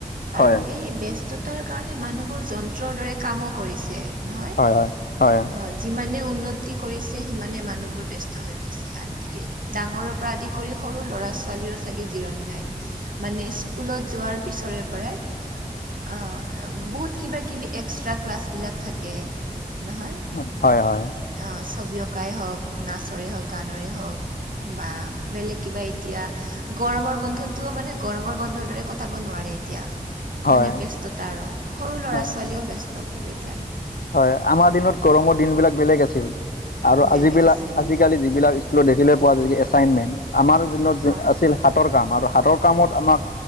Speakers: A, on the left; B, on the right.
A: হয়
B: আৰু এই ব্যস্ততাৰ কাৰণে মানুহবোৰ যন্ত্ৰৰ দৰে কামো কৰিছে। নহয়,
A: হয় হয় হয়
B: অ যিমানে উন্নতি কৰিছে সিমানে মানুহবোৰ ব্যস্ত হৈ গৈছে, আনকি- ডাঙৰৰ পৰা আদি কৰি সৰু ল'ৰা-ছোৱালীৰো চাগে জিৰণি নাই। মানে স্কুলত যোৱাৰ পিছৰে পৰাই, অহ বহুত কিবা কিবি এক্সট্ৰা ক্লাছবিলাক থাকে নহয়,
A: উ হয় হয়।
B: অ ছবি অঁকাই হওক, নাচৰেই হওক, গানৰে হওক। বা বেলেগ কিবা এতিয়া গৰমৰ বন্ধতটোও মানে গৰমৰ বন্ধৰ দৰে ক- টাব নোৱাৰে এতিয়া,
A: হয়
B: মানে ব্যস্ততা আৰু সৰু ল'ৰা-ছোৱালীয়েও
A: হয়
B: ব্যস্ত খুব এতিয়া।
A: হয়, আমাৰ দিনত গৰমৰ দিন বিলাক বেলেগ আছিল। আৰু
B: বেলেগ
A: আজিবিলাক
B: আছিল
A: আজিকালি যিবিলাক স্কুলত দেখিবলৈ পোৱা যায় এছাইনমেণ্ট, আমাৰ দিনত
B: হয়
A: আছিল হা তৰ কাম, আৰু হাতৰ কামত আমাক